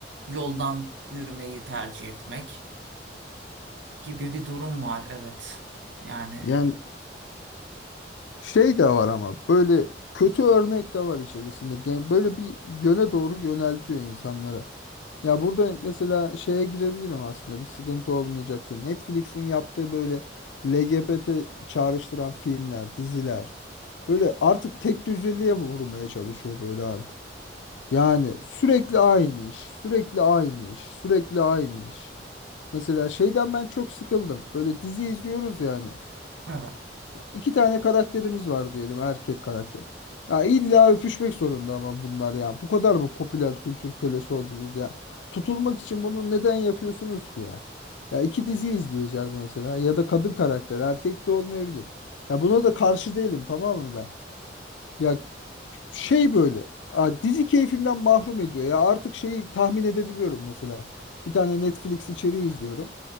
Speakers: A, on the right; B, on the left.
A: yoldan yürümeyi tercih etmek gibi bir durum var. Evet. Yani
B: yani şey de var ama böyle kötü örnek de var içerisinde. Gen- Böyle bir yöne doğru yöneltiyor insanlara. Ya burada mesela şeye girebilirim aslında bir sıkıntı olmayacaksa. Netflix'in yaptığı böyle LGBT çağrıştıran filmler, diziler. Böyle artık tek düzeliğe vurmaya çalışıyor böyle artık. Yani sürekli aynı iş, sürekli aynı iş, sürekli aynı iş. Mesela şeyden ben çok sıkıldım. Böyle dizi izliyoruz yani.
A: evet.
B: İki tane karakterimiz var diyelim erkek karakter. Ya illa öpüşmek zorunda ama bunlar ya. Bu kadar mı popüler kültür kölesi oldunuz ya? Tutulmak için bunu neden yapıyorsunuz ki ya? Ya iki dizi izleyeceğiz mesela ya da kadın karakter erkek de olmayabilir. Ya buna da karşı değilim tamam mı ben? Ya şey böyle a, dizi keyfimden mahrum ediyor ya artık şeyi tahmin edebiliyorum mesela bir tane Netflix içeriği izliyorum